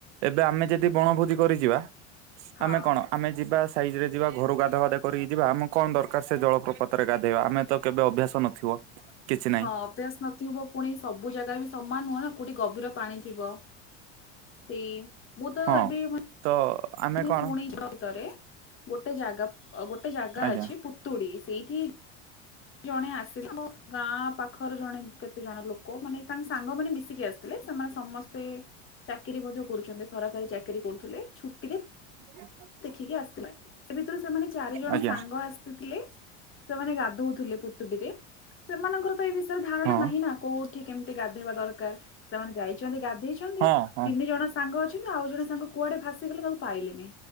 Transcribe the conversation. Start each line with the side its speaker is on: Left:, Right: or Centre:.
Right: ଏବେ ଆମେ ଯଦି ବଣଭୋଜି କରିଯିବା
Left: ହଁ।
Right: ଆମେ କଣ ଆମେ ଯିବା ସାଇଜିରେ ଯିବା ଘରୁ ଗାଧ ବାଧା କରିକି ଯିବା ଆମେ କଣ ଦରକାର ସେ ଜଳପ୍ରପାତରେ ଗାଧେଇବା ଆମେ ତ କେବେ ଅଭ୍ୟାସ ନଥିବ। କିଛି ନାହିଁ
Left: ହଁ ଅଭ୍ୟାସ ନଥିବ ପୁଣି ସବୁ ଜାଗା ବି ସମାନ ନୁହଁ ନା କୋଉଠି ଗଭୀର ପାଣି ଥିବ। ସେଇ ମୁଁ ତ
Right: ହଁ
Left: ଏବେମାନେ
Right: ତ ଆମେ
Left: <unintelligible>
Right: କଣ
Left: ଶୁଣି ଭିତରେ ଗୋଟେ ଜାଗା ଗୋଟେ ଜାଗା
Right: ଆଜ୍ଞା
Left: ଅଛି ପୁତୁଡି ସେଇଠି ଜଣେ ଆସିଲା ଗାଁ ପାଖରେ ଜଣେ କେତେ ଜଣ ଲୋକ ମାନେ ତାଙ୍କ ସାଙ୍ଗମାନେ ମିଶିକି ଆସେ ଥିଲେ ସେମାନେ ସମସ୍ତେ ଚାକିରୀ ମଧ୍ୟ କରୁଚନ୍ତି ସରକାରୀ ଚାକିରୀ କରୁଥିଲେ ଛୁଟିରେ
Right: ହ। <unintelligible>
Left: ଦେଖିକି ଆସିଥିଲା ସେ ଭିତରୁ ସେମାନେ ଚାରି ଜଣ
Right: ଆଜ୍ଞା
Left: ସାଙ୍ଗ ଆସି ଥିଲେ ସେମାନେ ଗାଧଉଥିଲେ ପୁତୁଡିରେ ସେମାନଙ୍କର ତ ଏ ଧାରଣା
Right: ହଁ
Left: ନାହିଁ ନା କୋଉଠି କେମିତି ଗାଧୋଇବା ଦରକାର। ସେମାନେ ଯାଇଚନ୍ତି ଗାଧେଇଚନ୍ତି
Right: ହଁ ହଁ।
Left: ତିନି ଜଣ ସାଙ୍ଗ ଅଛନ୍ତି ଆଉ ଜଣେ ସାଙ୍ଗ କୁଆଡେ ଭାସିଗଲେ ତାଙ୍କୁ ପାଇଲେନି।